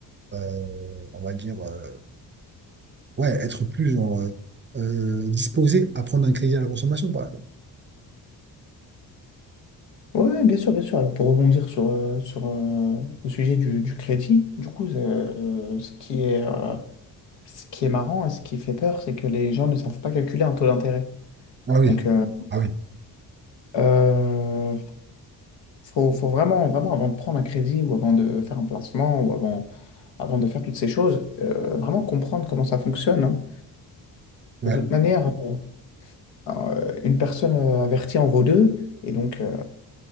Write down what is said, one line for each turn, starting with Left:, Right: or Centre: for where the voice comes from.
Right: euh, on va dire, euh, ouais, être plus genre, euh, euh, disposé à prendre un crédit à la consommation, par exemple.
Left: Ouais, bien sûr, bien sûr. Alors, pour rebondir sur, euh, sur euh, le sujet du, du crédit, du coup, euh, ce qui est, euh, ce qui est marrant et ce qui fait peur, c'est que les gens ne savent pas calculer un taux d'intérêt.
Right: Ah oui,
Left: Donc, euh,
Right: ah oui,
Left: euh, faut, faut vraiment, vraiment, avant de prendre un crédit ou avant de faire un placement ou avant, avant de faire toutes ces choses, euh, vraiment comprendre comment ça fonctionne. hein.
Right: ouais,
Left: De toute manière, euh, euh, une personne euh, avertie en vaut deux. Et donc, euh,